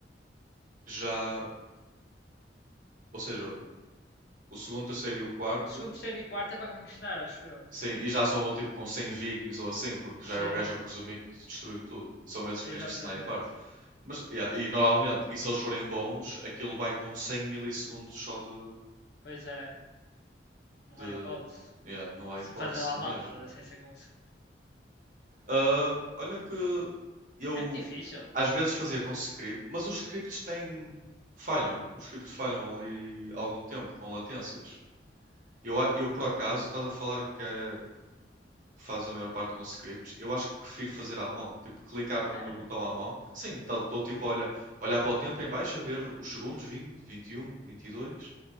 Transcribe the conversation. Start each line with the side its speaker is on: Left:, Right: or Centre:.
Right: já. Ou seja, o segundo, terceiro e o quarto.
Left: Segundo, terceiro e quarto é para conquistar, acho eu.
Right: Sim, e já só vão tipo com 100 vikings ou assim, porque
Left: Sim,
Right: já é o gajo a presumir que te destruiu tudo. São esses
Left: exatamente.
Right: que tens que sniper. Mas, yeah, e normalmente, e se eles forem bons, aquilo vai com 100 milissegundos só de,
Left: Pois é, não
Right: De,
Left: há hipótese.
Right: yeah, não há
Left: Se
Right: hipótese
Left: fazer lá à
Right: mesmo.
Left: mão, estás a ver? Sem ser com
Right: Ah, olha que eu
Left: É muito difícil.
Right: às vezes fazia com script, mas os scripts têm, falham. Os scripts falham ali algum tempo, com latências. Eu, a- eu por acaso, estás a falar que, é- que fazes a maior parte com scripts, eu acho que prefiro fazer à mão. Tipo, clicar mesmo
Left: Sério?
Right: no botão à mão. Sim, estou tipo a olha, olhar para o tempo em baixo, a ver os segundos 20, 21, 22 e dois,